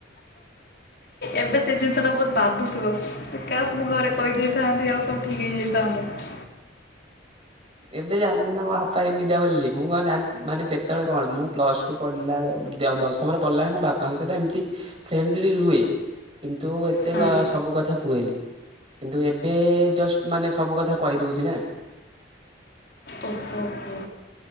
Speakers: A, on the left; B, on the right.
A: ଏବେ ସେ ଜିନିଷ ଟା ବହୁତ ବାଧୁଥୁବ। କାସ୍ ମୁଁ ଘରେ କହିଦେଇଥାନ୍ତି। ଆଉ ସବୁ ଠିକ୍ ହେଇଯାଇଥାନ୍ତତା!
B: ଏବେ ଜାନଲି ନା ମୋ ବାପା ଏମିତିଆ ବୋଲି। ମୁଁ କଣ ଜାଣ ମାନେ, ସେତେବେଳେ କଣ ମୁଁ ପ୍ଲସ୍ ଠୁ ପଢିଲା ଏଳେ ଦଶମରେ ପଡିଲା ବେଳେ, ମୁଁ ବାପାଙ୍କ ସହିତ ଏମିତି ଫ୍ରେଣ୍ଡଲି ରୁହେ। କିନ୍ତୁ, ଏତେ
A: ହଁ
B: କ ସବୁ କଥା କୁହେଲି। କିନ୍ତୁ, ଏବେ ଜଷ୍ଟ ମାନେ, ସବୁ କଥା କହିଦଉଛି ନା।
A: ଓ ହୋ ହୋ।